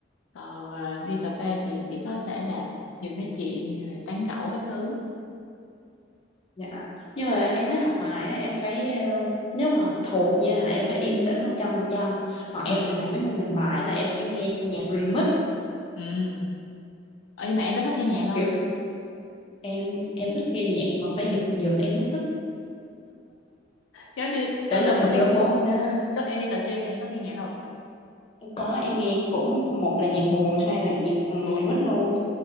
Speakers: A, on the left (about 80°); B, on the left (about 30°).
A: còn ờ, đi cà phê thì chỉ có thể là vừa nói chuyện rồi tán gẫu cái thứ
B: Dạ. Nhưng mà em thấy học bài á, em phải ờ, nếu mà học thuộc nha là em phải yên tĩnh một trăm phần trăm Còn em
A: ừ
B: mà làm mấy môn làm bài là em phải nghe nhạc remix
A: ừ Ờ, nhưng mà em có thích nghe nhạc không
B: kiểu em em thích nghe nhạc mà phải giật giật em mới thích.
A: giống như à,
B: Tưởng
A: lúc
B: đâu mình
A: lúc em
B: gơ phố không đó.
A: lúc em đi tập gym này em có nghe nhạc không
B: <laughs> Có em nghe cũng một là nhạc buồn hai là nhạc ừ,
A: ủa
B: remix luôn.